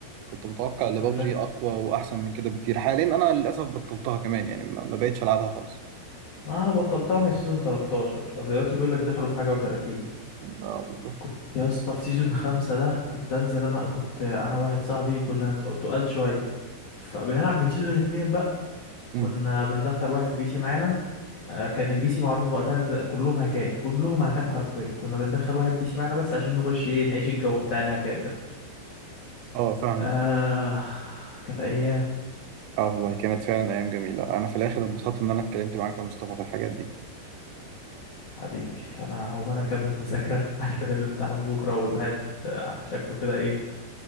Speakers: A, on the right; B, on the left.
A: كنت متوقع ان
B: انا
A: بابجي
B: فاكر
A: أقوى وأحسن من كده بكتير حاليا أنا للأسف بطلتها كمان يعني ما ما بقتش ألعبها خالص
B: اه بطلتها من سيزون 13 ده دلوقتي بيقول لك دخلوا في حاجة و30
A: اه بالظبط
B: كنت يا اسطى في سيزون خمسة ده كنت انزل انا كنت انا واحد صاحبي كنا تق- تقال شوية فبنلعب من سيزون اتنين بقى
A: مم.
B: كنا بندخل واحد بي سي معانا آه، كان البي سي معروف وقتها ان ده كلهم هاكات كلهم هاكات حرفيا كنا بندخل واحد بي سي معانا بس عشان نخش ايه نعيش الجو بتاع الهاكات
A: اه فعلا
B: آه كانت أيام
A: اه والله كانت فعلا ايام جميله انا في الاخر اتبسطت ان انا اتكلمت معاك يا مصطفى في الحاجات دي
B: حبيبي أنا هقوم أنا أكمل مذاكرة <laughs> عشان الامتحان بكرة والواحد آه، شكله كده إيه